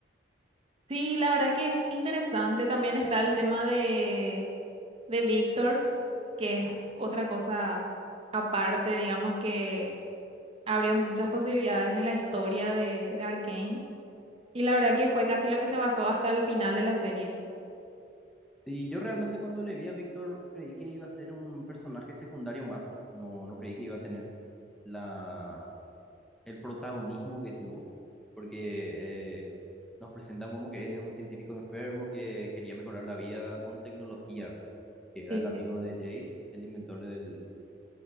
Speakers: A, on the right; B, in the centre.
A: Sí, la verdad que es interesante. También está el tema de, de Víctor, que es otra cosa aparte, digamos, que abrió muchas posibilidades en la historia de, de Arcane. Y la verdad que fue casi lo que se basó hasta el final de la serie.
B: Y yo realmente cuando le vi a Víctor creí que iba a ser un personaje secundario más, no, no creí que iba a tener la el protagonismo que tuvo, porque eh, nos presentan como que él es un científico enfermo que quería mejorar la vida con tecnología, ¿verdad? Que era
A: Sí,
B: el
A: sí.
B: amigo de Jace, el inventor del,